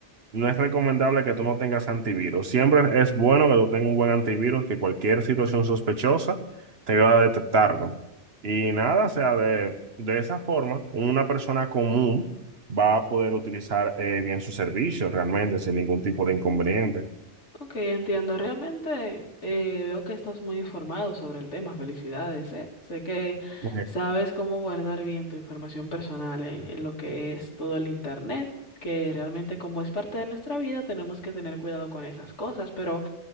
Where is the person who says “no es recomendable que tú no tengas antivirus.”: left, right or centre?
Right